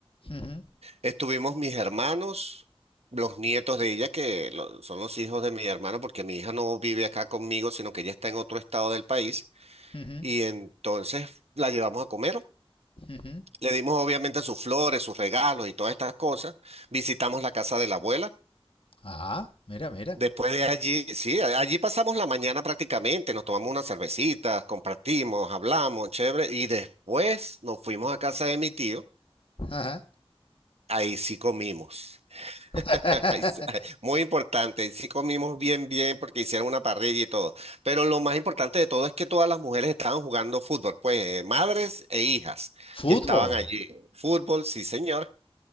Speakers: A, on the left; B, on the right.
A: Ujú,
B: estuvimos mis hermanos, los nietos de ella, que lo- son los hijos de mi hermano, porque mi hija no vive acá conmigo, sino que ella está en otro estado del país,
A: ujú,
B: y entonces la llevamos a comer.
A: ujú.
B: Le dimos obviamente sus flores, sus regalos y todas estas cosas. Visitamos la casa de la abuela.
A: Ah, mira, mira.
B: Después de allí, sí, a- allí pasamos la mañana prácticamente, nos tomamos unas cervecitas, compartimos, hablamos, chévere, y después nos fuimos a casa de mi tío,
A: Ajá.
B: ahí sí comimos, <laughs>
A: <laughs>
B: Ahí sí- ahí- muy importante, ahí sí comimos bien, bien, porque hicieron una parrilla y todo, pero lo más importante de todo es que todas las mujeres estaban jugando fútbol, pues eh, madres e hijas
A: Fútbol.
B: que estaban allí, fútbol, sí señor,